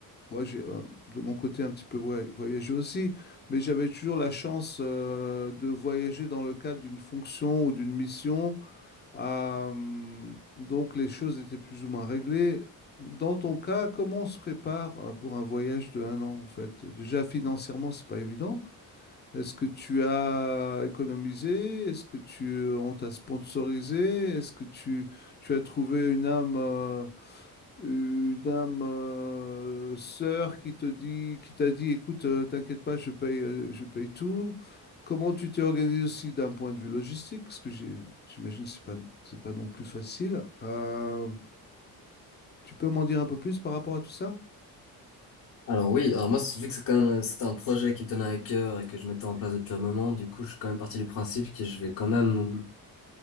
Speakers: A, on the left (about 30°); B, on the left (about 60°).
A: moi j'ai euh, de mon côté un petit peu voy- voyagé aussi, mais j'avais toujours la chance euh, de voyager dans le cadre d'une fonction ou d'une mission, Euh, donc les choses étaient plus ou moins réglées. Dans ton cas, comment on se prépare euh, pour un voyage de un an en fait? Déjà financièrement, c'est pas évident. Est-ce que tu as économisé? Est-ce que tu, euh, on t'a sponsorisé? Est-ce que tu, tu as trouvé une âme, euh, une âme euh, sœur qui te dit, qui t'a dit, écoute, euh, t'inquiète pas, je paye, euh, je paye tout. Comment tu t'es organisé aussi d'un point de vue logistique? Parce que j'ai- j'imagine que c'est pas, c'est pas non plus facile. Euh, tu peux m'en dire un peu plus par rapport à tout ça?
B: Alors oui, alors moi, c'est- vu que c'est quand même, euh, c'était un projet qui me tenait à cœur et que je mettais en place depuis un moment, du coup, je suis quand même parti du principe que je vais quand même